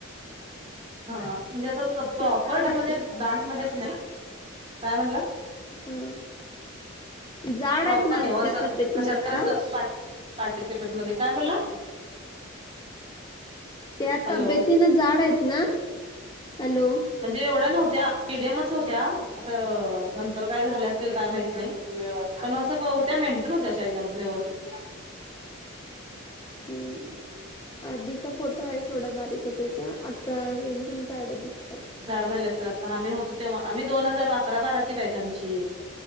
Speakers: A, on the right (about 30°); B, on the left (about 20°).
A: हा म्हणजे असं प्रॉपर
B: ते झाड आहेत
A: म्हणजे
B: ना
A: डान्समध्येच नाही काय म्हटलं
B: हा जाड
A: प्रॉपर
B: आहेत ना
A: नाही हो असं
B: त्या तब्येतीनं
A: कशात
B: जरा
A: तर अस पाठ पार्टिसिपेंट मध्ये काय मुला
B: त्या
A: हॅलो
B: तब्येतीनं जाड आहेत ना हॅलो
A: म्हणजे एवढ्या नव्हत्या पडीएमच होत्या आता नंतर काय झाल्या असतील काय माहित नाही पण असं होत्या मेंटेन होत्या म व्यवस्थित
B: हम्म आधीचा फोटो आहे थोडा बारीक होत त्या एकदम झाड दिसतात
A: झाड झाले असेल आता आम्ही होतो तेव्हा आम्ही दोन हजार अकरा बाराची पाहिज आमची